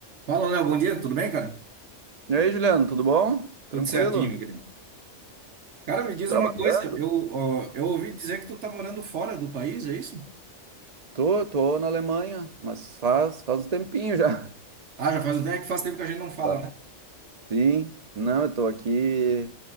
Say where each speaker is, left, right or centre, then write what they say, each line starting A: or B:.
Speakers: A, on the right; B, on the right.
A: Fala, Léo, bom dia, tudo bem, cara?
B: E aí, Juliano, tudo bom? Tranquilo?
A: Tudo certinho, meu querido. Cara, me diz
B: Trabalhando?
A: uma coisa, eu, ó, eu ouvi dizer que tu tá morando fora do país, é isso?
B: Tô, tô na Alemanha, mas faz, faz um tempinho já. <laughs>
A: Ah, já faz, um- é que faz tempo que a gente não fala,
B: Ah,
A: né?
B: Sim, não, eu tô aqui.